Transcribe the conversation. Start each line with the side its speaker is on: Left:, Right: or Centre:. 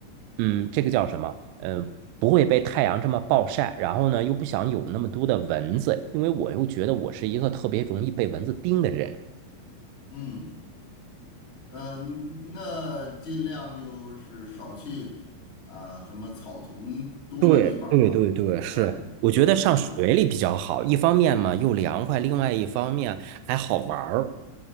Right: 嗯，这个叫什么？嗯、不会被太阳这么暴晒，然后呢又不想有那么多的蚊子，因为我又觉得我是一个特别容易被蚊子叮的人。
Left: 嗯嗯，呃那尽量就是少去啊、什么草丛多的地方吧。
Right: 对对对对，是，
Left: 对，
Right: 我觉得上水里比较好，
Left: 嗯。
Right: 一方面嘛又凉快，另外一方面还好玩儿，